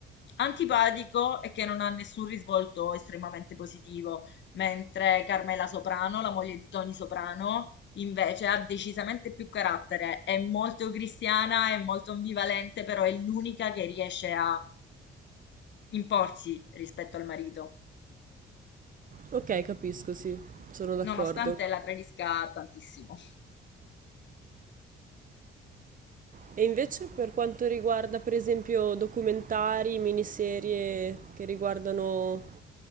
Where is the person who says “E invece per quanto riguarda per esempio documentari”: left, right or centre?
Right